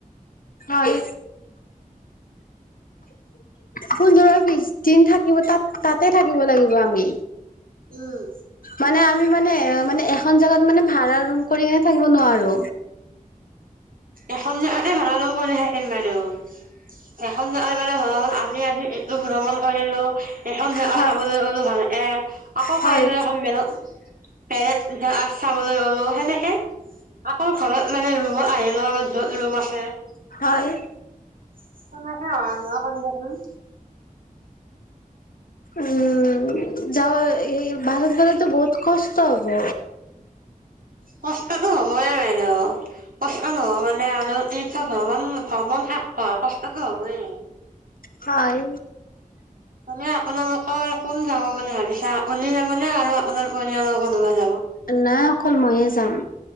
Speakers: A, on the left; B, on the right.
A: হয়। পোন্ধৰৰ বিছ দিন থাকিব তাত তাতে থাকিব লাগিব আমি।
B: উম।
A: মানে আমি মানে মানে এখন জাগাত মানে ভাড়া ৰুম কৰি কিনে থাকিব নোৱাৰো।
B: এখন যে ভাড়া কলে থাকিম মানুহ এখন জ আৰু মানে ধৰ হ'ল আমি আজি এইটো ভ্ৰমণ কৰিলোঁ। এইখন জো
A: হয়,
B: চাবলৈ গ'লো ভাল এ আকৌ
A: হয়,
B: কাইলৈ এখন মেলক চাবলৈ গলো সেনেকে আকৌ ঘৰত মানে ৰুমত আহিলো আমাৰ যত ৰুম আছে।
A: হয়।
B: তেনেকে অহা যোৱা কৰি থাকিম।
A: উম যাও এই বাহিৰত গলেটো বহুত কষ্ট হব।
B: কষ্টটো হবয়ে বাইদেউ। কষ্ট নহলে আৰু ই ভ্ৰমণ ভ্ৰমণ কষ্টটো হবই।
A: হয়।
B: মানে আপোনালোকৰ কোন যাব বুলি ভাবিছা আপনি যাবনে আৰু আপোনাৰ পৰিয়ালৰ কোনোবা যাব।
A: নাই অকল মইে যাম